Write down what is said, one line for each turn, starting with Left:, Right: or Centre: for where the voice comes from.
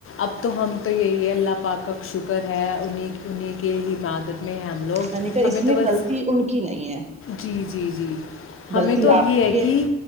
Left: اب تو ہم تو یہی ہے اللہ پاک کا شکر ہے انہیں انہیں کے ہی عادت میں ہیں ہم لوگ
Right: میں نے کہا
Left: ہمیں
Right: اس میں
Left: تو بس
Right: غلطی ان کی نہیں ہے
Left: جی جی جی ہمیں
Right: غلطی
Left: تو اب
Right: آپ
Left: یہ ہے
Right: کی
Left: کہ